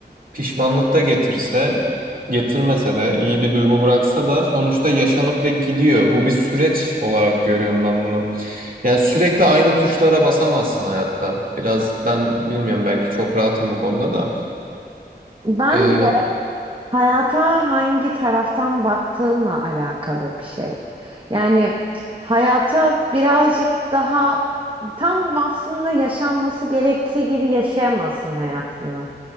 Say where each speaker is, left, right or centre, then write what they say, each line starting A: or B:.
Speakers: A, on the right (about 55°); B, on the right (about 30°).
A: pişmanlık da getirse, getirmese de iyi bir duygu bıraksa da sonuçta yaşanıp ve gidiyor. Bu bir süreç olarak görüyorum ben bunu. Yani sürekli aynı tuşlara basamazsın hayatta. Biraz ben bilmiyorum belki çok rahatım bu konuda da.
B: Bence
A: Ee,
B: hayata hangi taraftan baktığınla alakalı bir şey. Yani hayata birazcık daha tam aslında yaşanması gerektiği gibi yaşayamazsın hayatını.